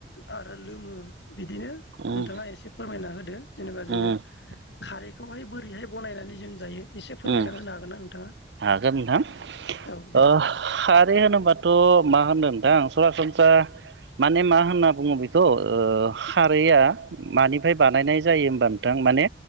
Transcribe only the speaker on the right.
उम
उम
उम
हागोन नोंथां
ओ खारै होनोबाथ' मा होननो नोंथां सरासनस्रा माने मा होनना बुङो बे थ' ओ खारैया मानिफ्राय बानायनाय जायो होमबा नोंथां माने